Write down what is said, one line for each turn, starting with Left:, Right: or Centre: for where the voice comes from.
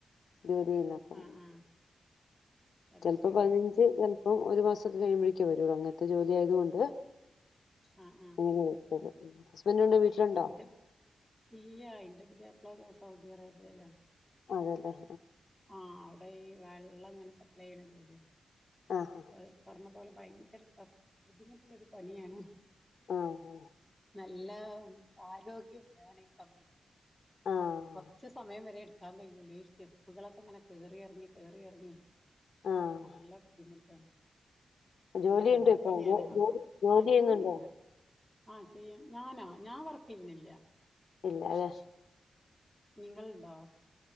Left: ജോലി ചെയ്യുന്നപ്പം
Centre: ആഹ് ആഹ് അത്
Left: ചിലപ്പോ
Centre: ശരി
Left: പതിനഞ്ച് അപ്പം ഒരു മാസക്കെ കഴുമ്പഴേക്ക് വരൊള്ളൂ അങ്ങനത്തെ ജോലി ആയതു കൊണ്ട്
Centre: ആഹ് ആഹ്
Left: അങ്ങനെ <unintelligible> ഹസ്ബൻഡുണ്ട് വീട്ടിലുണ്ടോ
Centre: ഇന്റെ ഇല്ലാ ഇന്റെ പുത്യാപ്പ്ള സൗദി അറേബ്യയിലാ.
Left: അതേല്ലേ.
Centre: ആഹ് അവ്ടെ ഈ വെള്ളം അങ്ങനെ സ പ്ലൈ ചെയ്ണ ജോലിയാ.
Left: ആഹ്
Centre: അത് പറഞ്ഞ പോലെ ഭയങ്കര ടഫ് ബുദ്ധിമുട്ടുള്ളൊരു പണിയാണ്.
Left: ആഹ്
Centre: നല്ല ആരോ ഗ്യം വേണ ഈ സമയത്ത്.
Left: ആഹ്
Centre: കുറച്ചു സമയം വരെ എടുക്കാൻ കഴിയൂല്ലേ ഈ സ്റ്റെപ്പുകളൊക്കെ ഇങ്ങനെ കേറി ഇറങ്ങി കേറിയിറങ്ങി
Left: ആഹ്
Centre: നല്ല ബുദ്ധിമുട്ടാണ് പിന്നെ
Left: ജോലിയുണ്ട്
Centre: വീട്
Left: ഇപ്പൊ
Centre: പണിയാണ്
Left: ജോ
Centre: അപ്പൊ
Left: ജോലി ജോലി
Centre: ആ
Left: ചെയ്യുന്നുണ്ടോ
Centre: ജോലിയുണ്ട് ആഹ് ചെയ്യും ഞാനോ ഞാൻ വർക്ക് ചെയ്യണില്ല
Left: ഇല്ലാല്ലേ
Centre: നിങ്ങളുണ്ടോ